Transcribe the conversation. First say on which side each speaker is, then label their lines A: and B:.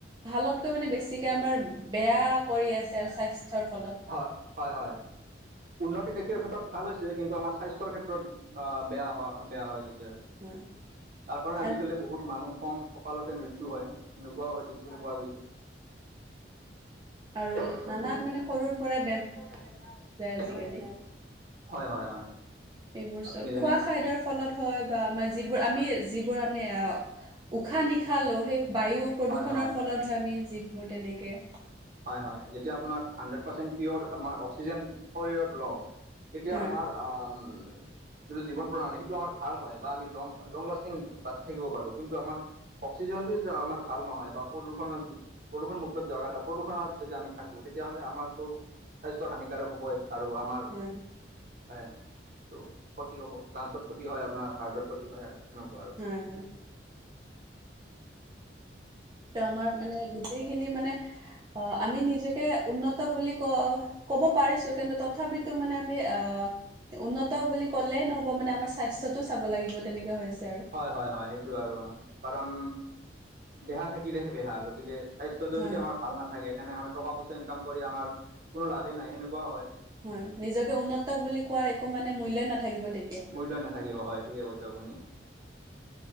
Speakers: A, on the right (about 25°); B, on the right (about 50°).
A: ভালতকৈ মানে বেছিকে, আমাৰ বেয়া কৰি আছে, স্বাস্থ্যৰ ফলত।
B: হয় হয়, হয় উন্নতি দেখাৰ ক্ষেত্ৰত ভাল হৈছে, কিন্তু আমাৰ স্বাস্থ্যৰ ক্ষেত্ৰত আঁহ' বেয়া হোৱা, বেয়া হৈ গৈছে আৰু
A: হয়
B: তাৰ কাৰণে আজিকালি
A: আ-
B: বহুত মানুহ কম অকালতে মৃত্যু হয়। এনেকুৱাও হয়, দেখিবলৈ পোৱা গৈছে। আৰু নানান
A: আৰু
B: সৰু
A: নানান
B: পৰা
A: মানে সৰুৰ
B: বেমাৰ
A: পৰাই
B: দেখিব পোৱা যায়,
A: আজিকালি
B: আজি হয়, হয়, হয়।
A: এইবোৰ চব
B: আপুনি জানে?
A: খোৱা খাদ্যৰ ফলত হয় বা আমাৰ যিবোৰ, আমি যিবোৰ, আমি আহ' উশাহ নিশাহ লওঁ, সেই বায়ু প্ৰদূষণৰ
B: হয় হয়।
A: ফলত হয়। আমি যিবোৰ তেনেকে
B: হয় হয় যেতিয়া আপোনাৰ হাণ্ড্ৰেড পাৰ্চেণ্ট পিয়'ৰ, আমাৰ অক্সিজেন শৰীৰত লওঁ এতিয়া
A: হয়
B: আমাৰ আ-আম যিটো জীৱন প্ৰণালী সেইটো আমাৰ ভাল হয় বা আমি লং-লং লাষ্টিং বাচি থাকিব পাৰো, কিন্তু আমাৰ অক্সিজেনটো যদি আমাৰ ভাল নহয় বা প্ৰদূষণত-প্ৰদূষণমুক্ত জাগা আ প্ৰদূষণত যদি আমি থাকোঁ, তেতিয়াহ'লে আমাৰতো স্বাস্থ্যৰ হানিকাৰক হ'বই আৰু আমাৰ
A: হয়
B: হয়, টো ক্ষতি হ'ব। লাঞ্চত ক্ষতি হয় আপোনাৰ, হাৰ্টত ক্ষতি হয়। আৰু সেনেকুৱা আৰু।
A: হয়, হয়। ত আমাৰ মানে গোটেইখিনি মানে, অ', আমি নিজকে উন্নত বুলি কওঁ। ক'ব পাৰিছো কিন্তু তথাপিতো মানে আমি আ উন্নত বুলি ক'লেই নহ'ব মানে আমাৰ স্বাস্থ্যটো চাব লাগিব তেনেকা হৈছে আৰু।
B: হয় হয় হয়, সেইটো আৰু অ', কাৰণ দেহা থাকিলেহে বেহা। গতিকে স্বাস্থ্যটো
A: হয়
B: যদি
A: হয়
B: আমাৰ ভাল ন থাকে তেনেহ'লে টকা পইছা ইনকাম কৰি আমাৰ কোনো লাভেই নাই, সেনেকুৱাও হয়।
A: হয়। নিজকে উন্নত বুলি কোৱাৰ একো মানে মূল্যই নাথাকিব তেতিয়া।
B: মূল্যই নাথাকিব হয়। ঠিকে কৈছে আপুনি। <inaudible>